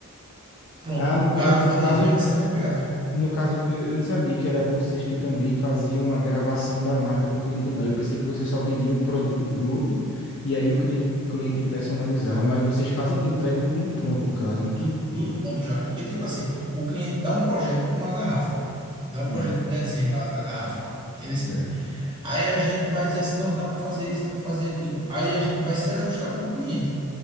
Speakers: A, on the right (about 20°); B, on the left (about 55°).
A: Pronto,
B: Ah, no
A: garrafa
B: caso, no caso
A: de vinho é nessa mesma pegada.
B: No caso, eu, eu não sabia que era vocês que também faziam a gravação da marca do cliente, não. Eu pensei que você só vendia o produto bruto e aí o cliente, cliente personalizava, mas vocês fazem, entregam tudo pronto, no caso, né?
A: Tudo, tudo pronto já. Porque, tipo assim, o cliente dá um projeto, uma garrafa. Dá um
B: Hum,
A: projeto de desenho lá da garrafa. Entendeu?
B: certo.
A: Aí a gente vai dizer assim, não, dá para fazer isso, dá para fazer aquilo. Aí a gente vai se ajustar com o cliente.